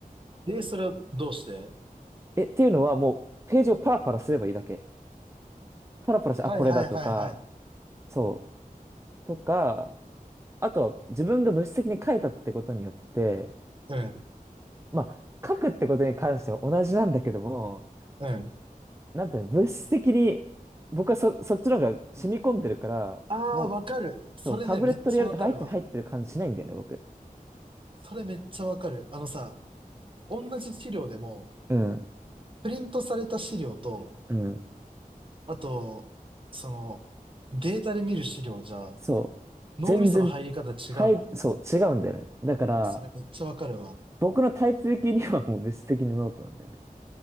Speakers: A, on the right; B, on the right.
A: え、それはどうして
B: え、っていうのはもうページをパラパラすればいいだけ。パラパラして、あ、
A: はいはいはいはい。
B: これだとか、そう、とか、あとは自分が物質的に書いたってことによって、
A: うん。
B: まあ、書くってことに関しては同じなんだけども、
A: うん。
B: なんていうの、物質的に、僕はそ、そっちの方が染み込んでるから、
A: ああ、
B: もう、
A: わかる。それね、
B: そう、タブレットでやると入ってる入ってる感じしないんだよね、
A: めっちゃわかるわ。
B: 僕。
A: それめっちゃわかる。あのさ、同じ資料でも、
B: うん、
A: プリントされた資料と、
B: うん。
A: あと、その、データで見る資料じゃ、
B: そう。
A: 脳みその入り方違うもんね。
B: 全然、はい、そう、違うんだよね。だから、
A: それめっちゃわかるわ。
B: 僕のタイプ的にはもう物質的にノートなんだよね。